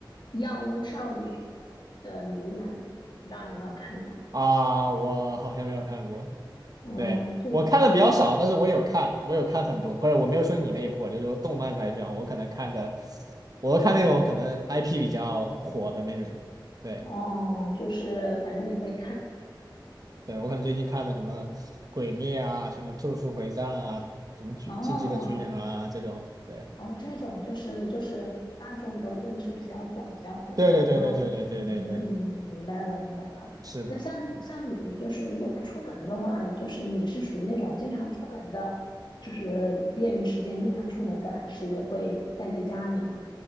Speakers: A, on the left; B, on the right.
A: 《药物少女的呢喃》，不知道你有没有看过？
B: 啊，我好像没有看过。
A: 嗯，
B: 对，
A: 对，
B: 我看的比较少，但是我有看，我有看很多，不是，我没有说你那一部，我就说动漫来讲，我可能看的，我看那种可能 IP 比较火的那种，对，
A: 哦，就是反正也会看。
B: 对，我可能最近看的什么《鬼灭》啊，什么《咒术回战》啊，什么巨《进击的巨人》啊这种，
A: 哦，
B: 对，
A: 哦，这种就是就是大众都认知比较广、比较火的，
B: 对对对对对对对对对，
A: 那我嗯，嗯明白了，明白了。
B: 是的，
A: 那像像你就是如果不出门的话，就是你是属于那种经常出门的，就是业余时间经常出门的，还是会待在家里呢？